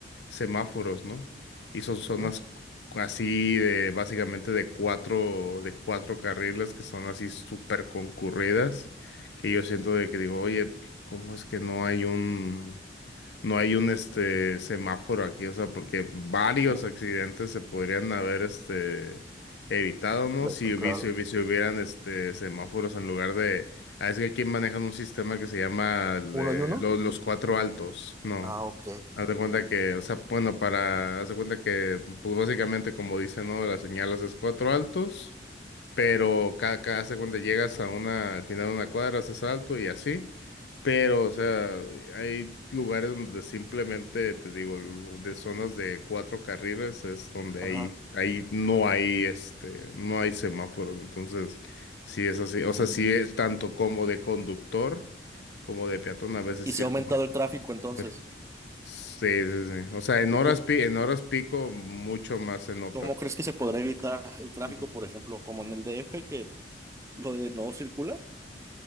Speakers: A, on the left (about 75°); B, on the right (about 15°).
A: semáforos, ¿no? Y son zonas
B: ujú,
A: así de, básicamente de cuatro, de cuatro carriles que son así súper concurridas, que yo siento de que digo, oye, ¿cómo es que no hay un no hay un este semáforo aquí, o sea, porque varios
B: ujú.
A: accidentes se podrían haber este evitado, ¿no?
B: Pre-
A: Si hubi-
B: Claro.
A: si hubi- si hubieran este semáforos en lugar de, ah, es que aquí manejan un sistema que se llama
B: ¿Uno
A: eh,
B: y uno?
A: lo- los cuatro altos, ¿no?
B: Ah, ok.
A: Haz de cuenta que, o sea, bueno, para, haz de cuenta que, pues básicamente como dice, ¿no? Las señalas es cuatro altos, pero cada, cada, haz de cuenta llegas a una, al final de una cuadra, haces alto y así. Pero, o sea, hay lugares donde simplemente, te digo, lo- de zonas de cuatro carriles es donde
B: Ajá.
A: ahí, ahí no hay, este, no hay semáforos. Entonces, sí es así. O
B: Mm.
A: sea, sí es tanto como de conductor como de peatón, a veces
B: ¿Y
A: sí
B: se
A: es
B: ha aumentado
A: muy,
B: el tráfico entonces?
A: muy- sí, sí, sí. O sea, en
B: ¿Y
A: horas
B: tú
A: pi, en horas pico mucho más se nota.
B: cómo
A: pero-
B: crees que se podrá evitar el tráfico,
A: mm.
B: por ejemplo, como en el DF, que lo de no circula?